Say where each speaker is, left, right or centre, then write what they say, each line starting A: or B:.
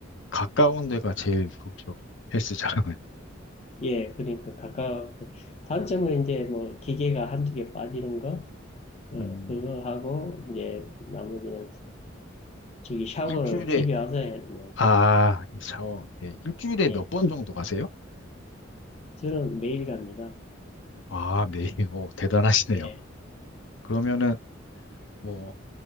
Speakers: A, on the left; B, on the left.
A: 가까운 데가 제일 좋죠, 헬스장은.
B: 예, 그러니까 가까 단점은 이제 뭐 기계가 한 두 개 빠지는 거 어,
A: 음,
B: 그거 하고 이제 나머지는 저기 샤워를
A: 일주일에
B: 집에 와서 해. 뭐,
A: 아, 샤워. 예, 일주일에
B: 예,
A: 몇 번 정도 가세요?
B: 저는 매일 갑니다.
A: 아, 매일. 오, <laughs> 대단하시네요.
B: 예.
A: 그러면은 뭐